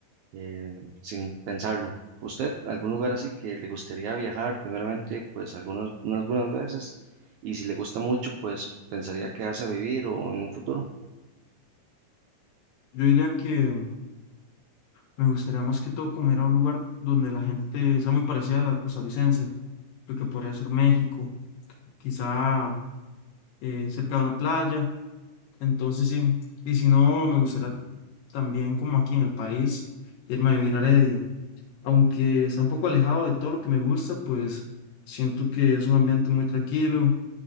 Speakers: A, on the right; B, on the left.
A: eh, sin pensarlo. ¿Usted, algún lugar así que le gustaría viajar? Primeramente, pues algunas, unas buenas veces. Y si le gusta mucho, pues pensaría quedarse a vivir o en un futuro.
B: Yo diría que me gustaría más que todo como ir a un lugar donde la gente sea muy parecida a la costarricense, lo que podría ser México, quizá eh, cerca de una playa. Entonces sí, y si no, me gustaría también como aquí en el país irme a vivir a Heredia. Aunque está un poco alejado de todo lo que me gusta, pues siento que es un ambiente muy tranquilo